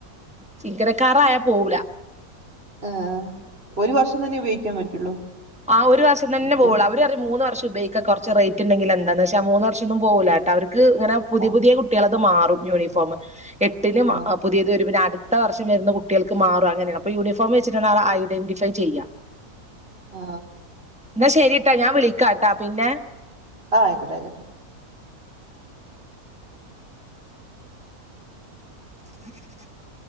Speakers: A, in the centre; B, on the right.
A: ചിങ്ങനക്കറയാാ പോവല
B: ആഏ ഒരു വർഷം തന്നെ ഉപയോഗിക്കാൻ പറ്റുള്ളൂ
A: ആ ഒരു വർഷംതന്നെ പോളൂ
B: പിന്നെ,
A: അവര അറിയും മൂന്ന് വർഷം ഉപയോഗിക്ക കുറ റേറ്റ് ഉണ്ടെങ്ക എന്താന്ന്െച്ചാൽ മൂന്ന് വർഷ ഒന്നും പോകില്ല കേട്ട അവർക്ക് ഇങ്ങനെ പുതി
B: ആ
A: പുതിയ കുട്ടികളത് മാറും യൂണിഫോം എട്ടിന്
B: ആ
A: പുതിയത് വരും പിന്നെ അടു അത്ത വർഷം വര കുട്ടികൾക്ക് മാറും അങ്ങനെയാണ് അപ്പൊ യൂണഫോം വെച്ചിട്ടണ്ടങ്ക ആ ഐഡന്റിഫൈ ചെയ്യുക
B: ആ
A: എന്നാ ശരിട്ടാ ഞാൻ വിളിക്കാട്ടാ പിന്നെ
B: ആഹ ആയിക്കട്ടെ ആയിക്കട്ടെ
A: <unintelligible>